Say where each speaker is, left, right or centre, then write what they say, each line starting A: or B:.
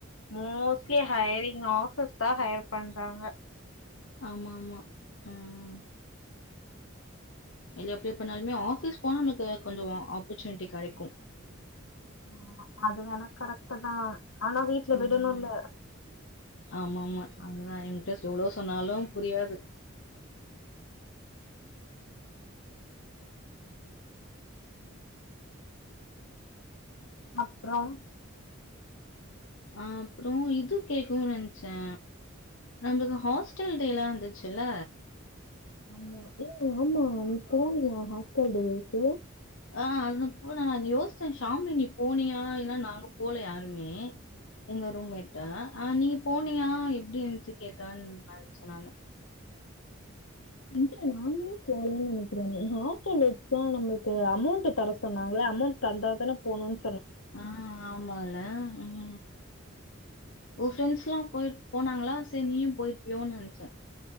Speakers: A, on the left; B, on the left.
A: mostly hiring office தா ஹையர் பண்றாங்க
B: ஆமா ஆமா உம் உம் வெளிய அப்ளை பண்ணாலுமே ஆஃபீஸ் போனா நமளுக்கு கொஞ்சொ ஆப்பர்ச்சுனிட்டி கெடைக்கும்
A: ஆமா அது வேணா கரெக்டு தா ஆனா வீட்ல
B: ம்.
A: விடணுல்ல
B: ஆமாமா அதுதா இன்ட்ரஸ்ட் எவ்ளோ சொன்னாலு புரியாது
A: உம் <inaudible> அப்புறம்
B: ஆ அப்றோ இது கேக்கனு நென்ச்சே அந்த ஹாஸ்டல் டேல்லா வந்துச்சுல்ல
A: மா ஏ ஆமா நீ போனியா ஹாஸ் <unintelligible>
B: ஆ அனுப்பு ந யோசிச்சே ஷாமி நி போனியா இல்லனா நாங்க போல யாருமே எங்க ரூம்மேட்டு ஆ நீ போனியா எப்டி இருந்துச்சு கேக்கலானு நெனச்சே நானு
A: இல்ல நானுமே போவல நினைக்கிறேன் <unintelligible> நம்மளுக்கு அமௌண்ட் தர சொன்னாங்கள அமௌண்ட் தந்தா தான போணும்னு
B: ஆஹ் ஆமால உம் உன் ஃபிரண்ஸ் ல்லாம் போயி போனாங்களா <unintelligible> நீயும் போயிருப்பியோனு நனச்சேன்